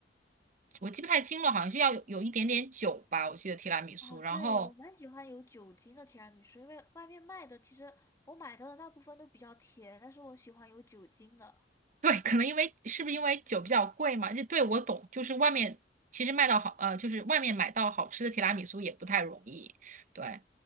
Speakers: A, on the right; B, on the left.
A: 我记不太清了，好像是要有有一点点酒吧，我记得提拉米苏。
B: 啊，
A: 然后
B: 对，我蛮喜欢有酒精的提拉米苏，因为外面卖的其实我买到的大部分都比较甜，但是我喜欢有酒精的。
A: <laughs> 对，可能因为是不是因为酒比较贵嘛？就对我懂，就是外面其实卖到好呃，就是外面买到好吃的提拉米苏也不太容易，对。